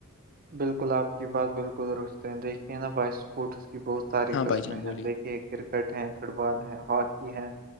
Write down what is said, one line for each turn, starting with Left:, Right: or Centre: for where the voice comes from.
Right: بالکل آپ کی بات بالکل درستتے ہے دیکھیے نا بائک سپورٹس کی بہت ساری
Left: ہاں
Right: قسمیں
Left: بھائی جان بولیے
Right: ہیں دیکھیے کرکٹ ہے فٹ بال ہے ہاکی ہے